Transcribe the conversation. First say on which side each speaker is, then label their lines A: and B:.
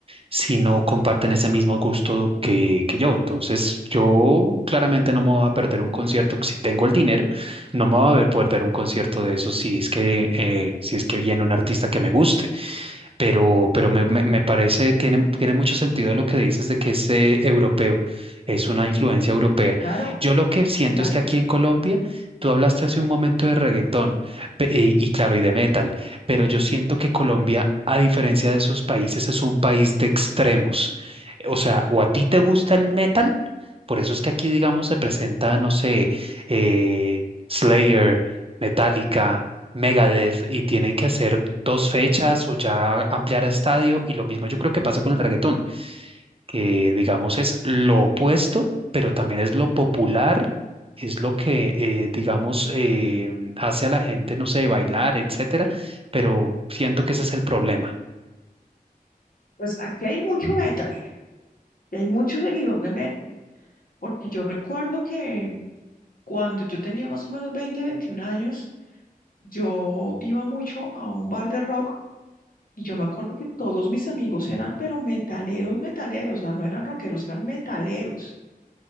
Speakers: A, on the right (about 35°); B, on the left (about 65°).
A: sí no comparten ese mismo gusto que, que yo, entonces yo claramente no me voy a perder un concierto, si tengo el dinero, no me voy a ver perder un concierto de eso si es que, eh, si es que viene un artista que me guste. pero, pero me, me- me parece, tiene, tiene mucho sentido lo que dices de que es eh, europeo, es una influencia europea.
B: claro,
A: Yo lo que siento
B: claro,
A: es que aquí en Colombia, tú hablaste hace un momento de reggaetón pe- y, y claro, y de metal, pero yo siento que Colombia, a diferencia de esos países, es un país de extremos. O sea, o a ti te gusta el metal, por eso es que aquí, digamos, se presenta, no sé, eh, Slayer, Metallica. Megadeth y tienen que hacer dos fechas o ya ampliar a estadio y lo mismo yo creo que pasa con el reggaetón, que digamos es lo opuesto, pero también es lo popular, es lo que eh, digamos eh, hace a la gente, no sé, bailar, etcétera, pero siento que ese es el problema.
B: pues aquí hay mucho metal. Y hay mucho seguidor de México, porque yo recuerdo que cuando yo tenía más o menos 20 21 años, yo iba mucho a un bar de rock y yo me acuerdo que todos mis amigos eran, pero metaleros, metaleros, o sea, no eran rockeros, eran metaleros.